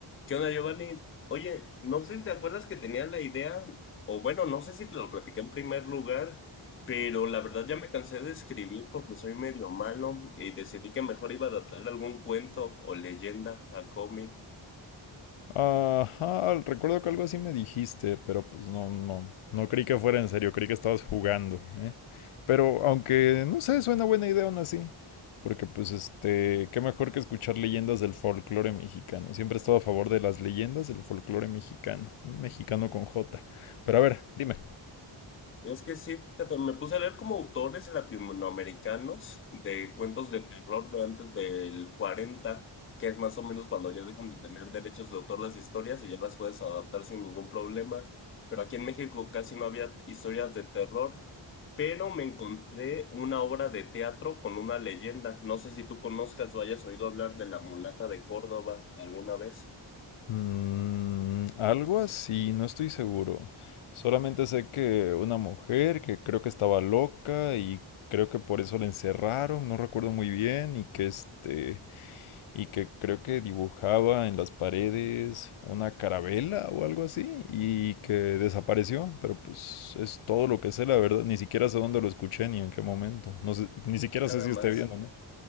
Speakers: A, on the left; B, on the left.
A: ¿Qué onda, Giovanni? Oye, no sé si te acuerdas que tenía la idea, o bueno, no sé si te lo platiqué en primer lugar, pero la verdad ya me cansé de escribir porque soy medio malo y decidí que mejor iba a adaptar algún cuento o leyenda a cómic.
B: Ajá, recuerdo que algo así me dijiste, pero pues no, no, no creí que fuera en serio, creí que estabas jugando, ¿eh? Pero aunque, no sé, suena buena idea aún así, porque pues este, qué mejor que escuchar leyendas del folclore mexicano. Siempre he estado a favor de las leyendas del folclore mexicano, mexicano con J. Pero a ver, dime.
A: Es que sí, fíjate, me puse a leer como autores latinoamericanos de cuentos de terror de antes del 40, que es más o menos cuando ya dejan de tener derechos de autor las historias y ya las puedes adaptar sin ningún problema. Pero aquí en México casi no había historias de terror, pero me encontré una obra de teatro con una leyenda. No sé si tú conozcas o hayas oído hablar de la mulata de Córdoba alguna vez.
B: Mm, algo así, no estoy seguro. Solamente sé que una mujer que creo que estaba loca y creo que por eso la encerraron, no recuerdo muy bien, y que este, y que creo que dibujaba en las paredes una carabela o algo así, y que desapareció, pero pues es todo lo que sé, la verdad, ni siquiera sé dónde lo escuché ni en qué momento. No sé, ni siquiera
A: Nada
B: sé si
A: más.
B: esté bien o no.